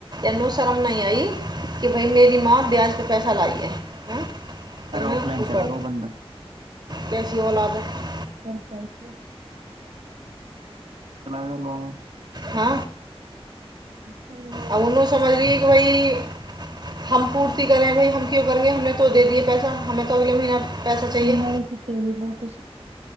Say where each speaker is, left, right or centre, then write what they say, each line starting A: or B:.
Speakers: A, on the right; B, on the right.
A: एनू शर्म नहि आई कि भई मेरी माँ ब्याज पे पैसा लाई है हैं? तो
B: अरे
A: मैं
B: ऑफलाइन
A: ऊपर
B: चला गओ बन्दा।
A: कैसी औलाद है
B: पंचायती गया लॉन
A: हँ
B: तीन लोग
A: आ उ नै समझलियै कि भइ हम पूर्ति करेबैय हम क्यो करियैय हमने तो देय दिए पैसा हमे त अगले महीना पैसा चाहिए।
B: उन्होंने तेरी लोटस